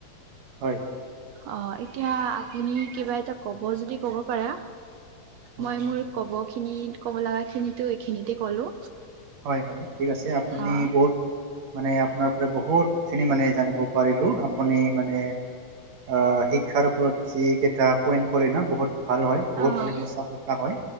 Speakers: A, on the right; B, on the right.
A: হয়
B: অ', এতিয়া আপুনি কিবা এটা ক'ব যদি ক'ব পাৰা।
A: হয়।
B: মই মোৰ কব খিনি ক'ব লগা কিন্তু এইখিনিতে ক'লো।
A: হয় হয়, ঠিক আছে আপুনি
B: অ'
A: বহুত মানে আপোনাৰ পৰা বহুতখিনি মানে জানিব পাৰিলোঁ, আপুনি মানে আ, শিক্ষাৰ ওপৰত যিকেইটা পইন্ট ক'লে ন বহুত ভাল হয় বহুত
B: অ'
A: মানে সঁচা <unintelligible> হয়,